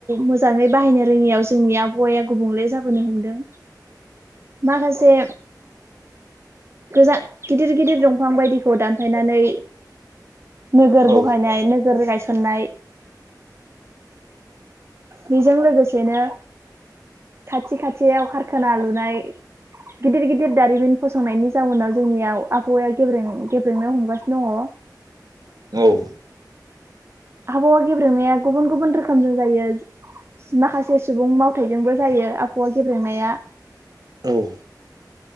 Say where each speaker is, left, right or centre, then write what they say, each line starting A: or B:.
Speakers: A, on the right; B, on the right.
A: मोजाङै बाहायनो रोङियाव जोंनि आबहावाया गुबुंले जाबोनो हमदों माखासे गोजा गिदिर गिदिर दंफां बायदिखौ दानफायनानै नोगोर
B: औ
A: बहायनाय नोगोर गायसननाय बेजों लोगोसेनो खाथि खाथियाव खारखाना लु नाय गिदिर गिदिर दारिमिन फसंनायनि जाउनाव जोंनियाव आबहावाया गेब्रें- गेब्रेंनो हमगासिनो दङ
B: औ
A: आबहावा गेब्रेंनाया गुबुन गुबुन रोखोमजों जायो माखासे सुबुं मावथायजोंबो जायो आबहावा गेब्रेंनाया
B: औ